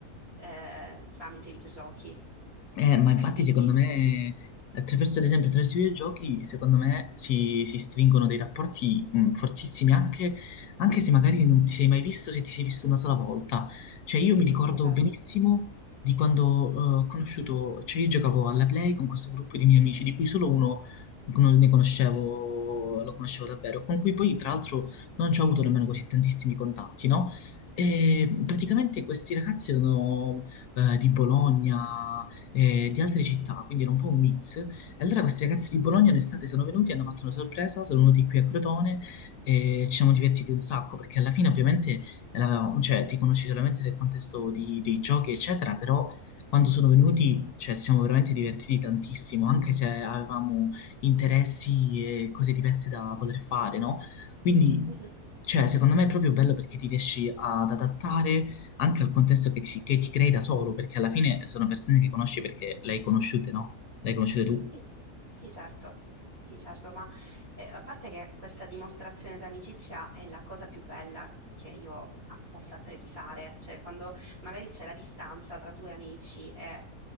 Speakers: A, on the right (about 40°); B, on the left (about 85°).
A: eh, tramite videogiochi
B: Eh, ma
A: e
B: infatti
A: quindi...
B: secondo me, attraverso, ad esempio, attraverso i videogiochi, secondo me si, si stringono dei rapporti mh, fortissimi, anche, anche se magari non ti sei mai visto, se ti sei visto una sola volta. Cioè io mi ricordo
A: Sì, è vero.
B: benissimo di quando eh, ho conosciuto, cioè io giocavo alla Play con questo gruppo di miei amici, di cui solo uno non ne conoscevo, lo conoscevo davvero, con cui poi tra l'altro non ci ho avuto nemmeno così tantissimi contatti, no? E praticamente questi ragazzi erano eh, di Bologna eh, di altre città, quindi era un po' un mix. E allora questi ragazzi di Bologna in estate sono venuti, hanno fatto una sorpresa, sono venuti qui a Crotone e ci siamo divertiti un sacco, perché alla fine ovviamente l'avevamo- cioè, ti conosci solamente nel contesto di- dei giochi, eccetera, però quando sono venuti, cioè, ci siamo veramente divertiti tantissimo, anche se avevamo interessi e cose diverse da voler fare, no? Quindi,
A: Mhm.
B: cioè, secondo me è proprio bello perché ti riesci ad adattare anche al contesto che ti, che ti crei da solo, perché alla fine sono persone che conosci perché le hai conosciute, no? Le hai conosciute tu.
A: Sì, sì, certo. Sì, certo, ma eh, a parte che questa dimostrazione d'amicizia è la cosa più bella che io a- possa apprezzare, cioè quando magari c'è la distanza tra due amici e